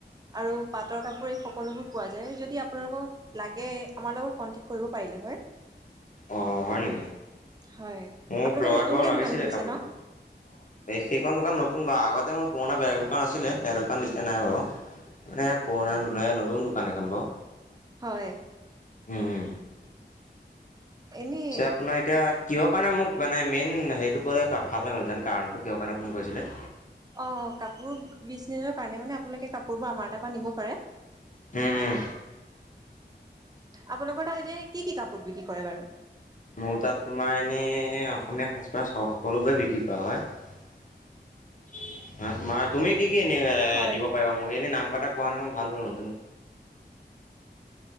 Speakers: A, on the right; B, on the left.
A: আৰু পাটৰ কাপোৰ এই সকলোবোৰ পোৱা যায়, যদি আপোনালোক লাগে, আমাৰ লগত কনটেক্ট কৰিব পাৰিলে হয়।
B: অ', হয় নেকি,
A: হয়
B: মোক
A: আপোনালোকে
B: লগাত
A: নতুনকে
B: বাৰু লাগিছিলে
A: দোকান খুলিছে
B: কাপোৰ
A: ন
B: অ', সেইখন দোকান নতুন বাৰু, আগতে মোৰ পুৰণা বেলেগ দোকান আছিলে সেয়া দোকান এতিয়া নাই বাৰু।
A: <inaudible>
B: মানে পুৰণা, ন-নতুন দোকান এখন বাৰু।
A: হয়।
B: উম, উম।
A: এনেই
B: পিছে আপোনাৰ এতিয়া কিহৰ কাৰণে মোক মানে মেইন হেৰিটো ক'লে, ভাল লাগিন হেতেন কাৰণটো কিহৰ কাৰণে ফোন কৰিছিলে।
A: অ', কাপোৰ বিজনেছৰ কাৰণে, মানে আপোনালোকে কাপোৰবোৰ আমাৰ এটাৰ পৰা নিব পাৰে।
B: উম উম।
A: আপোনালোকৰ তাত এতিয়া কি, কি কাপোৰ বিক্ৰী কৰে বাৰু?
B: মোৰ তাত তোমাৰ এনেই, অসমীয়া সাজ পাৰ সকলোবোৰে বিক্ৰী কৰা হয়। তোমাৰ তুমি কি কি এনে
A: হয়
B: দিব পাৰিবা মোক এনে নাম কেইটা পোৱাহেতেন ভাল পালোহেঁতেন।